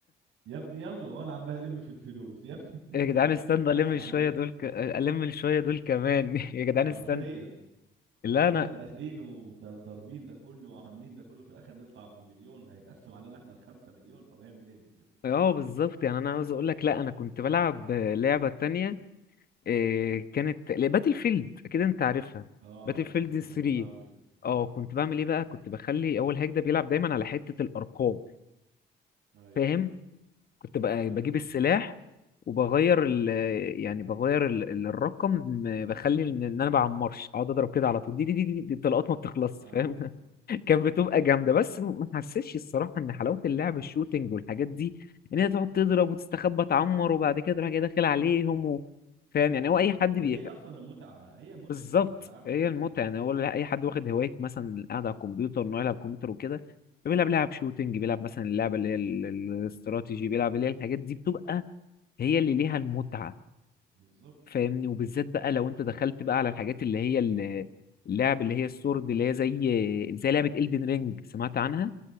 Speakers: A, on the right; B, on the left.
A: يا ابني يلا وانا عمال الم في الفلوس يا ابني <laughs>
B: يا جدعان
A: اصل الفلوس
B: استنى
A: دي بتتقسم
B: الم شويه
A: علينا
B: دول ك... الم شويه دول كمان <laughs> يا جدعان
A: حرفيا
B: استنى لا
A: اصل
B: انا
A: احنا داخلين وضاربين ده كله وعاملين ده كله في الاخر نطلع بمليون هيتقسم علينا احنا الخمسة مليون طب هيعمل ايه المليون
B: اه بالظبط يعني انا عاوز اقول لك لا انا كنت بلعب لعبه تانية
A: امم
B: إيه كانت باتل فيلد اكيد انت عارفها
A: اه
B: باتل
A: باتل
B: فيلد
A: فيلد بحبها
B: 3
A: قوي
B: اه كنت بعمل ايه بقى كنت بخلي اول هيك ده بيلعب دايما على حته الارقام
A: ايوه
B: فاهم كنت بقى
A: فاهم
B: بجيب السلاح
A: اه
B: وبغير ال... يعني بغير ال... ال- الرقم بخلي ان إن انا بعمرش اقعد اضرب كده على طول دي دي دي, دي, دي الطلقات ما بتخلص
A: ايوه
B: فاهم كانت بتبقى جامده بس م- ما حسيتش الصراحه ان حلاوه اللعب الشوتينج والحاجات دي ان هي تقعد تضرب وتستخبى تعمر وبعد كده تروح جاي داخل عليهم و... فاهم يعني هو اي
A: لا
B: حد
A: ده
B: بي
A: هي اصلا المتعه هي متعه
B: بالظبط
A: الالعاب
B: هي
A: دي
B: المتعه
A: كده
B: يعني هو اي حد واخد هوايه مثلا قاعد على الكمبيوتر انه يلعب كمبيوتر وكده بيلعب لعب شوتينج بيلعب مثلا اللعبه اللي هي ال- ال- الاستراتيجي بيلعب اللي هي الحاجات دي بتبقى هي اللي ليها المتعه
A: بالظبط
B: فاهمني وبالذات بقى لو انت دخلت بقى على الحاجات اللي هي ال- اللعب اللي هي السورد اللي هي زي زي لعبه إلدن رينج سمعت عنها؟